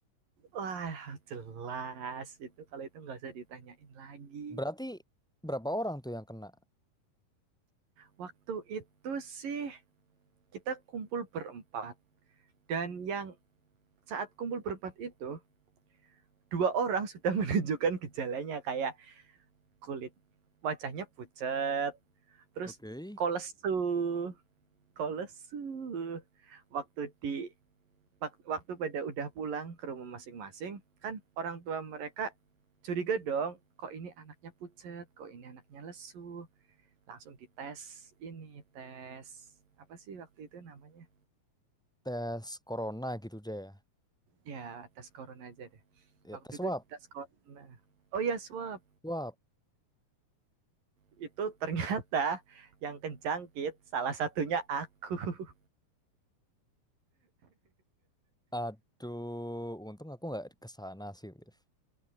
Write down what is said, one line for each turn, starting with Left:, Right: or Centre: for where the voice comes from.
Right: Wah, jelas. Itu kalau itu nggak usah ditanyain lagi.
Centre: berarti berapa orang tuh yang kena
Right: Waktu itu sih kita kumpul berempat. Dan yang saat kumpul berempat itu, dua orang <laughs> sudah menunjukkan gejalanya kayak kulit wajahnya pucat, terus
Centre: Oke.
Right: kolesu, kolesu. Waktu di waktu pada udah pulang ke rumah masing-masing, kan orang tua mereka curiga dong, kok ini anaknya pucat, kok ini anaknya lesu. Langsung dites ini, tes apa sih waktu itu namanya?
Centre: tes corona gitu deh
Right: Ya, tes corona aja deh.
Centre: ya
Right: Waktu
Centre: tes swab
Right: itu tes corona. Oh ya, swab.
Centre: swab
Right: itu ternyata yang kejangkit salah satunya aku. <laughs>
Centre: aduh untung aku nggak ke sana sih Liv